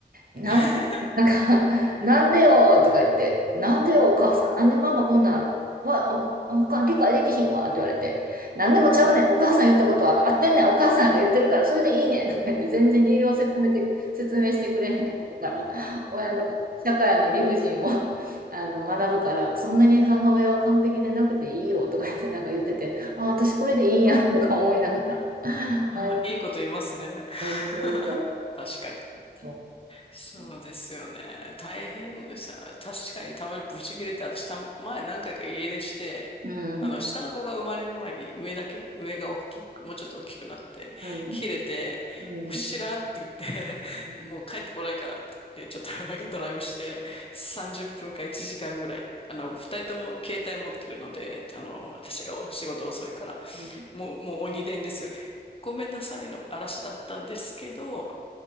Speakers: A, on the right; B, on the left.
A: な
B: <laughs>
A: なんか、<laughs> なんでよとか言って、なんでよお母さん、
B: うん、
A: なんでママこんなん、わ、わわかん、理解できひんわって言われて、なんでもちゃうねん、
B: うん。
A: お母さん言ったことは合ってんねん、お母さんが言ってるからそれでいいねんとか言って、全然理由を説明て、説明してくれないことから、親の、社会の理不尽を <laughs> あの学ぶから、そんなに母親は完璧でなくていいよとか言って、なんか言ってて、あ、私これでいいんやとか思いながら、
B: あ、
A: <laughs>
B: あ、
A: はい、
B: いいこと言いますね。
A: うん、そうそ
B: <laughs> 確かに。
A: う、そ
B: そうですよね。
A: う。
B: 大変さ、確かにたまにブチ切れて、私たま、前何回か家出して、
A: うん、
B: あの、下の子が生まれる前に上だけ、上が大きく、もうちょっと大きくなって、
A: うん、
B: 切れて、
A: うん。
B: もう知らんって言って、
A: うん、
B: <laughs> もう帰ってこないからって言って、ちょっと <laughs> なんかドライブして、30分か1時間ぐらい。あの、二人とも携帯持ってるので、あの、
A: うん、
B: 私が仕事遅いから、
A: うん
B: もう、もう鬼伝ですよね。ごめんなさいの嵐だったんですけど、